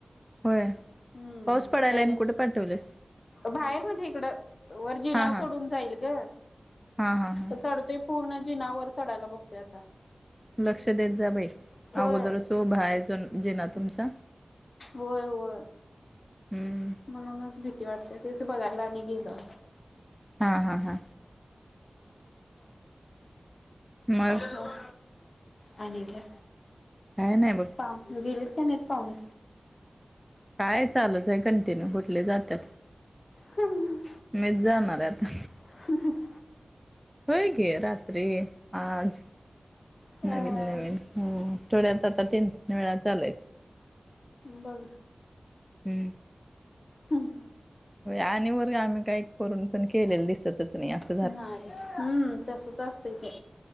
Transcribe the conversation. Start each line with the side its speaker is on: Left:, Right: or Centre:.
Centre: होय,
Left: हम्म
Centre: पाऊस पडायला
Left: त्याने
Centre: आणि कुठे पाठवलीस.
Left: बाहेर म्हणजे इकडं, वर जिन्यावर
Centre: हा हा
Left: चढून जाईल ग.
Centre: हा हा हा
Left: चढतोय पूर्ण जिनावर चढयला बघतोय आता.
Centre: लक्ष देत जा बई,
Left: होय
Centre: अगोदरचो भाय जो जीना तुमचा.
Left: होय होय.
Centre: हम्म
Left: म्हणूनच भीती वाटतया तेच बघायला आणि गेलो,
Centre: हा हा हा मग
Left: <unintelligible> <unintelligible> आणि काय?
Centre: काय नाही बघ.
Left: हा गेलेत का नाहीत पाहुणे.
Centre: काय चालूच आहे कंटिन्यू कुठले जातात?
Left: हम्.
Centre: मीच जाणार हाय आता.
Left: <inaudible>
Centre: होय की रात्री आज,
Left: अ
Centre: नवीन नवीन. हम आठवड्यात आता तीन तीन वेळा चालू आहेत.
Left: बघ.
Centre: हम्म.
Left: हम्म.
Centre: आणि वर आम्ही काय करून पण केलेलं दिस सतच नाहीं अस
Left: नाही हम्म तसच असतं ते.